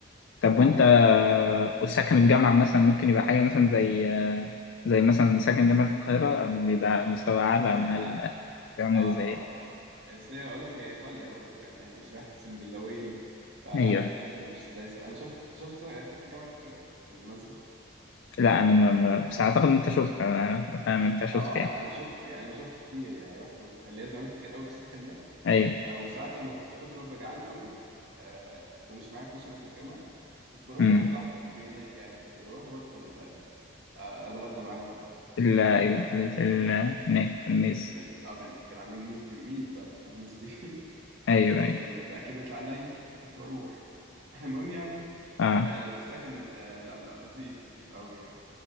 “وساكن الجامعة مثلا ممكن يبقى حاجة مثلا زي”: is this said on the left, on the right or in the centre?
Left